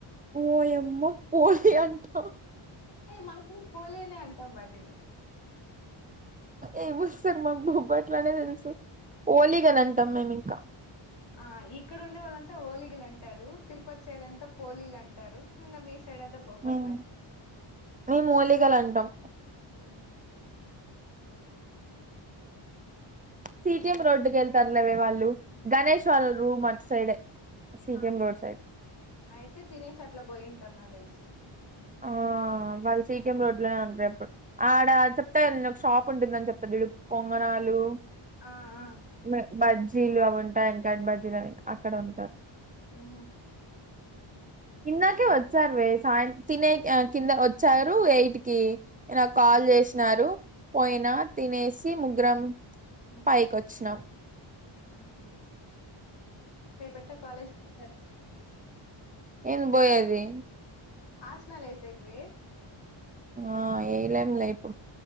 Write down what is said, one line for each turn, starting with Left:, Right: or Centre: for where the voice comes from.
Right: ఓయమ్మో పోలి అంటావు
Left: ఏ మన సైడ్ పోలి అనే అంటాం వాటిని
Right: ఏమి వస్తారు మా బుబ్బట్లనే తెలుసు ఓలిగలు అని అంటాం మేము ఇంకా
Left: ఆ ఇక్కడ ఉండే వాళ్ళంతా హోలీగలు అంటారు తిరుపతి సైడ్ అంతా పోలీలు అంటారు ఇంకా మీ సై సైడ్ అంతా బొబ్బట్లు
Right: మేము
Left: అన్
Right: మేము ఓలీగలు అంటాం
Left: ఉ
Right: సిటిఎం రోడ్డుకి వెళ్తారులేవే వాళ్ళు గణేష్ వాళ్ళ రూమ్ అటు సైడే సిటిఎం
Left: ఆ
Right: రోడ్ సైడ్
Left: అయితే తినేసి అట్లా పోయింటారు నా తెలిసి
Right: ఆ ఆ వాళ్ళు సీకఎం రోడ్ లోనే ఉంటారు ఎప్పుడు ఆడ చెప్తా కద న ఒక షాప్ ఉంటుందని చెప్పది ఇ పొంగనా నాలు
Left: ఆ ఆ
Right: నా బజ్జీలు అవి ఉంటాయి వెంకాటి బజ్జీలు అవి అక్కడ ఉంటారు
Left: ఉహు
Right: ఇందాకే వచ్చారు వే సాయంత తినే కింద వచ్చారు ఎయిట్కిి నాకు
Left: ఉ
Right: కాల్ చేసినారు పోయినా తినేసి ముగ్గురం
Left: ఉహు
Right: పైకొచ్చినం
Left: ఉహు రేపట్ట కాలేజ్ ఉన్
Right: ఏన్ పోయేది
Left: ఆసనాలు ఏసేకి వే
Right: ఆ ఏయలేం లే ఇప్పుడు